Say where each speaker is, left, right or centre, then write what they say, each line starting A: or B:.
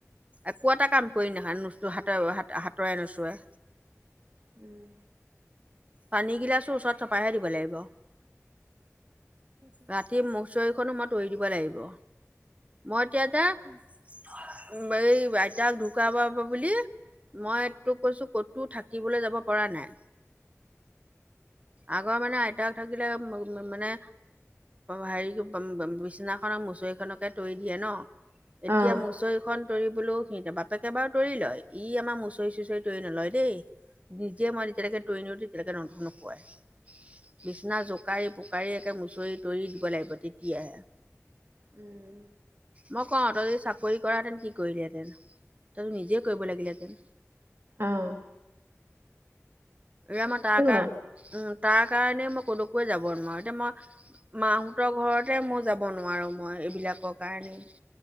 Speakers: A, on the right (about 25°); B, on the right (about 50°).
A: একো এটা কাম কৰি নখয় নোচো হাতৰ হাতৰে নোচোৱে।
B: উম
A: পানীগিলাচৰ ওচৰত চপাইহে দিব লাগিব। ৰাতি মুচৰিখনো মই তৰি দিব লাগিব। মই এতিয়া এ এই আইতাক ঢুকাব বুলি। মইটো কৈছো ক'তো থাকিবলৈ যাব পৰা নাই। আগৰ মানে আইতাক থাকিলে মানে। হেৰি বিছনাখনক মুচৰি খনকে তৰি দিয়ে ন। এতিয়া
B: অ অ
A: মুচৰিখন তৌৰিবলৈও সিহ বাপেকে বাৰু তৌৰি লয়। ই আমাৰ মুচৰি চুচৰি ট্ৰেইন লয় দেই নিজে মই তেতিয়ৈকে ট্ৰেইন। তেতিনেকে ৰন্ধন নোপোৱায় বিচনা জোকাই। চকাৰীয়ে একে মচৰি তৰি দিব লাগিব তেতিয়াহে।
B: উম
A: মই কও তই য চাকৰি কৰাহেতেন কি কৰিলিহেতেন তইত নিজে কৰিব লাগিলেহেতেন।
B: অহ।
A: এম কা
B: অ
A: উম। <unintelligible> তাৰ কাৰণে মই ক'লোকৈ যাব নোৱাৰো এতিয়া মই মাহঁতৰ ঘৰতে মই যাব নোৱাৰো মই। <unintelligible> এইবিলাকৰ কাৰণেই।